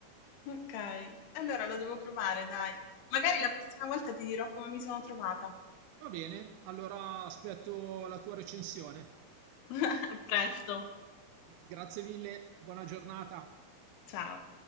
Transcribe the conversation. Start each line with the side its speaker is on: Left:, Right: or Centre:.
Left: Okay, allora lo devo provare dai. Magari la prossima volta ti dirò come mi sono trovata.
Right: Va bene, allora aspetto la tua recensione.
Left: <laughs> A presto,
Right: Grazie mille, buona giornata.
Left: ciao.